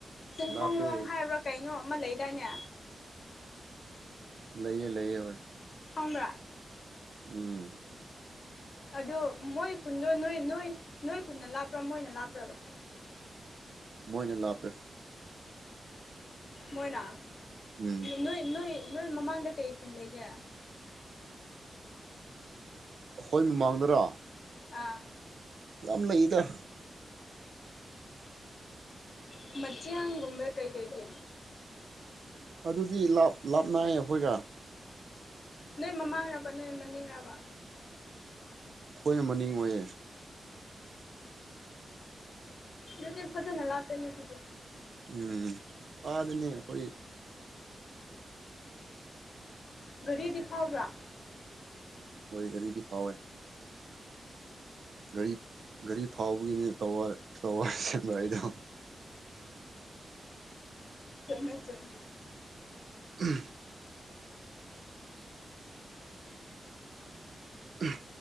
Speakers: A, on the left; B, on the right.
A: ꯆꯤꯡꯈꯣꯡ
B: ꯂꯥꯞꯄꯦ
A: ꯂꯣꯡ ꯍꯥꯏꯕ꯭ꯔꯥ ꯀꯩꯅꯣ ꯑꯃ ꯂꯩꯗꯥꯏꯅꯦ
B: ꯂꯩꯌꯦ ꯂꯩꯌꯦ ꯍꯣꯏ
A: ꯈꯪꯕꯔꯥ
B: ꯎꯝ
A: ꯑꯑꯗꯨꯗꯣ ꯃꯣꯏ ꯈꯨꯟꯗꯣ ꯅꯣꯏ ꯅꯣꯏ ꯅꯣꯏ ꯈꯨꯟꯅ ꯂꯥꯞꯄ꯭ꯔꯥ ꯃꯣꯏꯅ ꯂꯥꯞꯄ꯭ꯔꯕ
B: ꯃꯣꯏꯅ ꯂꯥꯞꯄꯦ
A: ꯃꯣꯏꯅ
B: ꯎꯝ
A: ꯅꯣꯏ ꯅꯣꯏ ꯅꯣꯏ ꯃꯃꯥꯡꯗ ꯀꯩ ꯈꯨꯟ ꯂꯩꯒꯦ
B: ꯑꯩꯈꯣꯏ ꯃꯃꯥꯡꯗꯔꯥ
A: ꯑꯥ
B: ꯌꯥꯝ ꯂꯩꯗ
A: <unintelligible> ꯃꯆꯤꯟꯒꯨꯝꯕꯔ ꯀꯩ ꯀꯩꯗꯤ
B: ꯑꯗꯨꯗꯤ ꯂꯥꯞ ꯂꯥꯞ ꯅꯩ ꯑꯩꯈꯣꯏꯒ
A: ꯅꯣꯏ ꯃꯃꯥꯡꯔꯕ ꯅꯣꯏ ꯃꯅꯤꯡꯔꯕ
B: ꯑꯩꯈꯣꯏꯅ ꯃꯅꯤꯡ ꯑꯣꯏꯌꯦ
A: ꯑꯗꯨ ꯐꯖꯅ ꯂꯥꯞꯄꯦ ꯂꯩ ꯑꯗꯨꯗꯤ
B: ꯎꯝ ꯑꯥꯗꯅꯦ ꯑꯩꯈꯣꯏ
A: ꯒꯥꯔꯤꯗꯤ ꯐꯥꯎꯕ꯭ꯔꯥ
B: ꯍꯣꯏ ꯒꯥꯔꯤꯗꯤ ꯐꯥꯎꯋꯦ ꯒꯥꯔꯤ ꯒꯥꯔꯤ ꯐꯥꯎꯕꯒꯤꯅꯦ ꯇꯋꯥꯔ ꯇꯋꯥꯔ ꯌꯨꯡꯉꯛꯢꯗꯣ
A: ꯆꯨꯝꯃꯦ ꯆꯨꯝꯃꯦ
B: ꯎꯝ ꯎꯝ